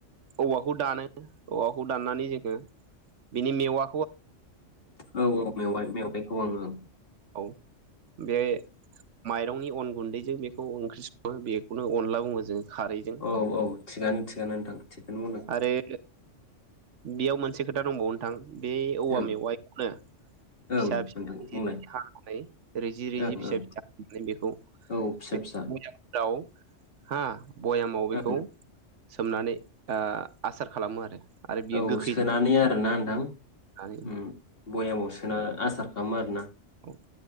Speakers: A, on the right; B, on the left.
A: औ वाखौ दानो औवाखौ दाननानै जोंङो बिनि मेवा
B: औ औ मेवाय-मेवायखौ ओं ओं
A: औ बे मायरंनि अन गुन्दैजों बेखौ ओंख्रि संङो बेखौनो अनला बुङो जों। खारैजों
B: औ औ थिगानो-थिगानो नोंथां थिगानो बुंदों
A: आरो बेयाव मोनसे खोथा दंबावो नोंथां बे औवा
B: ओं
A: मेवायखौनो
B: ओं
A: फिसा-फिसा
B: नोंथां
A: रिजि-रिजि
B: बुंलाय
A: हानानै रिजि-रिजि
B: ओं
A: फिसा-फिसा
B: ओं
A: हानानै बेखौ
B: औ फिसा
A: बे
B: फिसा
A: भयामफोराव हा भयामाव बेखौ
B: ओं
A: सोमनानै आह आसार खालामो आरो। आरो बियो
B: ओउ
A: गोखै
B: सोनानै आरोना नोंथां
A: जानानै
B: ओम बयामाव सोना आसार। खाम आर ना।
A: औ